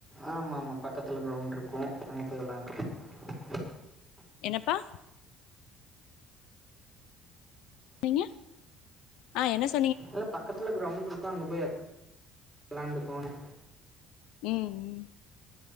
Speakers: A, in the centre; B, on the left.
A: ஆமாமா பக்கத்துல கிரௌண்ட்ருக்கு அங்க போய் விளாண்ட் <inaudible>
B: என்னப்பா நீங்க ஆ என்னஸ்
A: இல்ல பக்கத்துல கிரௌண்ட்ருக்கு அங்க போய் வெளாண்டுக்கோன்னு
B: ம் ம்